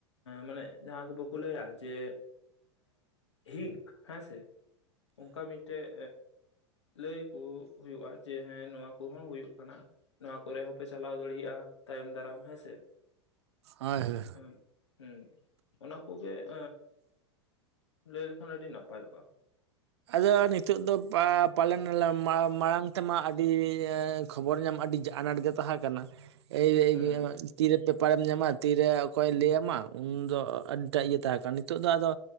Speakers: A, on the left; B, on the right.
A: ᱢᱟᱱᱮ ᱡᱟᱦᱟᱸ ᱠᱚ ᱵᱟᱠᱚ ᱞᱟᱹᱭᱟ ᱡᱮ ᱦᱤᱥ ᱦᱮᱸ ᱥᱮ, ᱚᱱᱠᱟ ᱢᱤᱫᱴᱮᱱ ᱞᱟᱹᱭ ᱠᱚ ᱦᱩᱭᱩᱜᱼᱟ ᱡᱮ ᱦᱮᱸ ᱱᱚᱣᱟ ᱠᱚᱦᱚᱸ ᱦᱩᱭᱩᱜ ᱠᱟᱱᱟ ᱾ ᱱᱚᱣᱟ ᱠᱚᱨᱮ ᱦᱚᱸᱯᱮ ᱪᱟᱞᱟᱣ ᱫᱟᱲᱮᱭᱟᱜᱼᱟ ᱛᱟᱭᱚᱢ ᱫᱟᱨᱟᱢ ᱦᱮᱸᱥᱮ ᱾
B: ᱦᱳᱭ ᱦᱳᱭ
A: ᱮᱸᱦᱩᱸ ᱚᱱᱟ ᱠᱚᱜᱮ ᱾ ᱞᱟᱹᱭ ᱞᱮᱠᱷᱟᱱ ᱟᱹᱰᱤ ᱱᱟᱯᱟᱭᱚᱜᱼᱟ ᱾
B: ᱟᱫᱚ ᱱᱤᱛᱚᱜ ᱫᱚ ᱯᱟ ᱯᱟᱞᱮᱱ ᱢᱟ ᱢᱟᱲᱟᱝ ᱛᱮᱢᱟ ᱟᱹᱰᱤ ᱠᱷᱚᱵᱚᱨ ᱧᱟᱢ ᱟᱹᱰᱤ ᱟᱱᱟᱴ ᱜᱮ ᱛᱟᱦᱮᱸ ᱠᱟᱱᱟ ᱾ ᱮᱻ
A: ᱦᱩᱸ
B: ᱛᱤᱨᱮ ᱯᱮᱯᱟᱨᱮᱢ ᱧᱟᱢᱟ ᱛᱤᱨᱮ ᱚᱠᱚᱭ ᱞᱟᱹᱭᱟᱢᱟ᱾ ᱩᱱ ᱫᱚ ᱟᱹᱰᱤᱴᱟᱜ ᱤᱭᱟᱹ ᱛᱟᱦᱮᱸ ᱠᱟᱱᱟ ᱱᱤᱛᱚᱜ ᱫᱚ ᱟᱫᱚ